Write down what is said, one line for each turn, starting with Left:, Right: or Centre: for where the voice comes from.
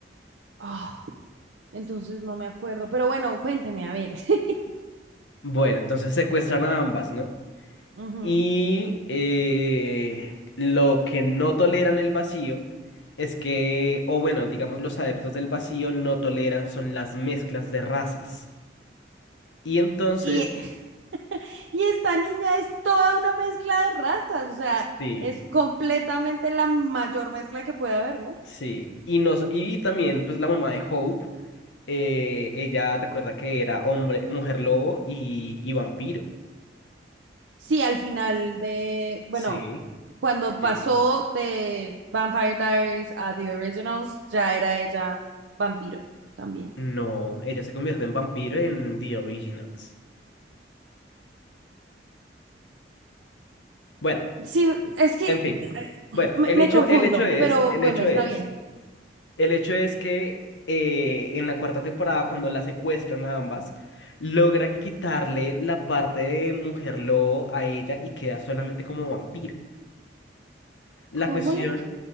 Right: Ah, entonces no me acuerdo, pero bueno, cuénteme, a ver. <laughs>
Left: Bueno, entonces secuestran a ambas, ¿no?
Right: Ujú.
Left: Y eh, lo que no toleran el vacío es que, o bueno, digamos, los adeptos del vacío no toleran son las mezclas de razas. Y entonces,
Right: Y <laughs> Y esta niña es toda una mezcla de razas, o sea,
Left: sí,
Right: es completamente la mayor mezcla que puede haber, ¿no?
Left: sí. Y, nos, y también, pues la mamá de Hope, eh, ella recuerda que era hombre, mujer lobo y, y vampiro.
Right: Sí, al final de, bueno,
Left: Sí,
Right: cuando pasó
Left: sí.
Right: de Vampire Diaries a The Originals, ya era ella vampiro también.
Left: No, ella se convierte en vampiro en The Originals. Bueno,
Right: Sí, es que
Left: en fin. Bueno,
Right: me,
Left: el
Right: me
Left: hecho,
Right: confundo,
Left: el hecho es,
Right: pero
Left: el
Right: bueno,
Left: hecho
Right: está
Left: es.
Right: bien.
Left: El hecho es que eh, en la cuarta temporada, cuando la secuestran a ambas, logran quitarle la parte de mujer lobo a ella y queda solamente como vampiro. La
Right: ¿Cómo
Left: cuestión
Right: le... qui-